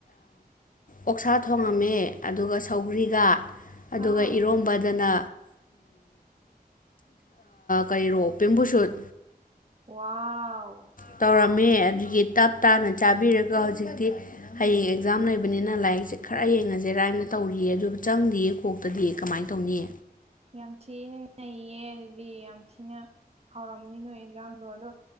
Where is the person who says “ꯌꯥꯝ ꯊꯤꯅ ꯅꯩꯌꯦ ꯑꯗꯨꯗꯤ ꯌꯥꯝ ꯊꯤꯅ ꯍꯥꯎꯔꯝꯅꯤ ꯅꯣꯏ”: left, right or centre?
Right